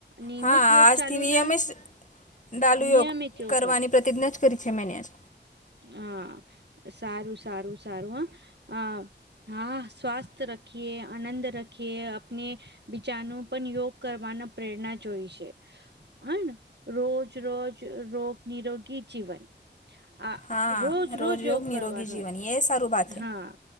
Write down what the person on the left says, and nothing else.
હા
આજથી
નિયમિશ
ડાલુયોગ
કરવાની
પ્રતિજ્ઞા જ કરી છે મેને આજ
હા
નિરોગી જીવન એ સારું બાત
હે